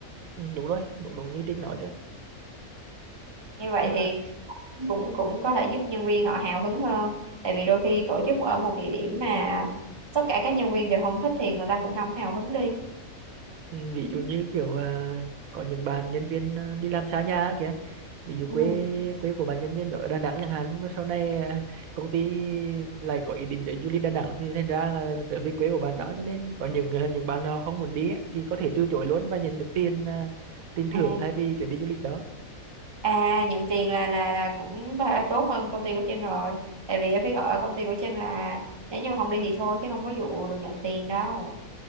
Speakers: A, on the right (about 80°); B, on the right (about 20°).
A: ừ, đúng rồi đúng đúng như Trinh nói đó
B: Như
A: nhưng
B: vậy thì
A: mà
B: cũng cũng có thể giúp nhân viên họ hào hứng hơn tại vì đôi khi tổ chức ở một địa điểm mà tất cả các nhân viên đều không thích thì người ta cũng không hào hứng đi.
A: ừ, ví dụ như kiểu ờ, có những bạn nhân viên ờ, đi làm xa nhà kìa ví dụ quê
B: Ừ.
A: quê của bạn nhân viên đó ở Đà Nẵng chẳng hạn nhưng mà sau này ờ, công ty lại có ý định để du lịch Đà Nẵng thì thành ra là trở về quê của bạn đó cho nên có những ờ, những bạn họ không muốn đi á, thì có thể từ chối luôn và nhận được tiền ờ, tiền thưởng
B: À,
A: thay vì chuyến đi du lịch đó
B: À nhận tiền là là là cũng ba- tốt hơn công ty của Trinh rồi Tại vì ở phía ở công ty của Trinh là Nếu như mà không đi thì thôi chứ không có vụ được nhận tiền đâu